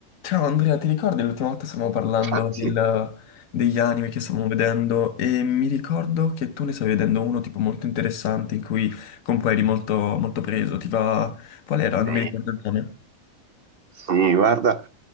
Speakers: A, on the left (about 80°); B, on the right (about 55°).
A: Ciao Andrea, ti ricordi l'ultima volta stavamo parlando
B: Ah, sì.
A: del- degli anime che stavamo vedendo e mi ricordo che tu ne stavi vedendo uno tipo molto interessante in cui con cui eri molto, molto preso. Ti va... Qual era? Non
B: Sì,
A: mi ricordo il nome.
B: sì, guarda,